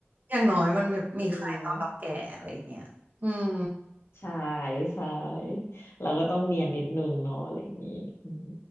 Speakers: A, on the right (about 45°); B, on the left (about 70°).
A: อย่างน้อยมันแบบมีใครตอนเราแก่อะไรอย่างเงี้ยอืม
B: อืมใช่ใช่เราก็ต้องเนียนนิดนึงเนาะอะไรอย่างงี้อืม